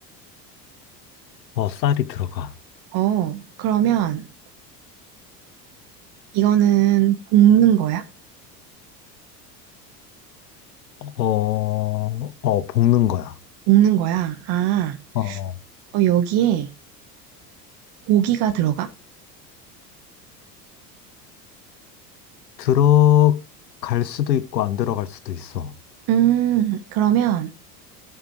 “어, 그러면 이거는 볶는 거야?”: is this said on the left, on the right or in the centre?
Right